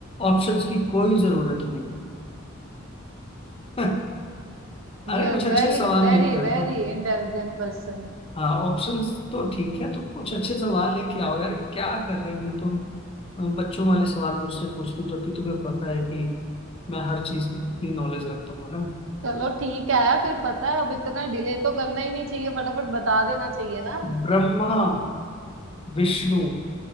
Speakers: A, on the left; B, on the right.
A: ऑप्शंस की कोई जरूरत नहीं <laughs> अरे
B: यह
A: कुछ अच्छे
B: very
A: सवाल
B: very
A: लेके आओ
B: very
A: ना
B: intelligent person
A: हाँ ऑप्शंस तो ठीक है तो कुछ अच्छे सवाल लेके आओ यार क्या कर रही हो तुम अम, बच्चों वाले सवाल मुझसे पूछती हूँ जबकि तुम्हें पता है कि मैं हर चीज की कितनी नॉलेज रखता हूँ ना
B: चलो ठीक है फिर पता है अब इतना डिले तो करना ही नहीं चाहिए फटाफट बता देना चाहिए ना
A: ब्रह्मा विष्णु